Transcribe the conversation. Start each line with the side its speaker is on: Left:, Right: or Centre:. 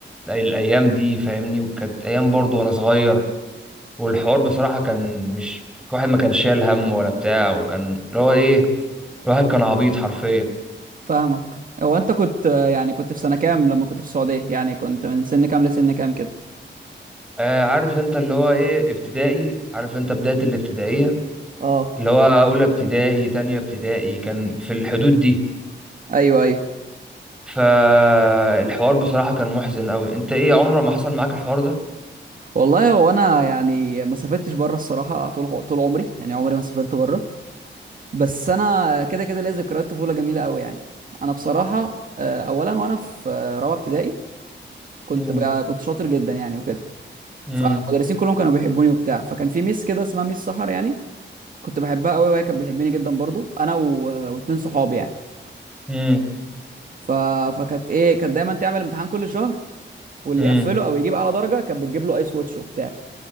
Centre: الايام دي فاهمني وكانت ايام برضو وانا صغير والحوار بصراحه كان مش الواحد ما كان شايل هم ولا بتاع وكان اللي هو ايه الواحد كان عبيط حرفيا
Right: <laughs> فاهمك هو انت كنت يعني كنت في سنه كام لما كنت في السعوديه يعني كنت من سن كام لسن كام كده
Centre: آه عارف انت اللي هو ايه ابتدائي عارف انت بدايه الابتدائيه
Right: اه
Centre: اللي هو اولى ابتدائي تانية ابتدائي كان في الحدود دي
Right: ايوه ايوه
Centre: فالحوار بصراحه كان محزن قوي انت ايه عمره ما حصل معاك الحوار ده
Right: والله هو انا يعني ما سافرتش بره الصراحه طول طول عمري يعني عمري ما سافرت بره بس انا كده كده ليا ذكريات طفوله جميله قوي يعني انا بصراحه آه، اولا وانا في آه، رابعه ابتدائي كنت
Centre: امم
Right: بقى كنت شاطر جدا يعني وكده
Centre: امم
Right: فالمدرسين كلهم كانوا بيحبوني وبتاع فكان في ميس كده اسمها ميس سحر يعني كنت بحبها قوي وهي كانت بتحبني جدا برضو انا و... واتنين صحابي يعني
Centre: امم
Right: ف... فكانت ايه كانت دايما تعمل امتحان كل شهر واللي
Centre: امم
Right: يقفله او يجيب اعلى درجه كانت بتجيب له ايس واتش وبتاع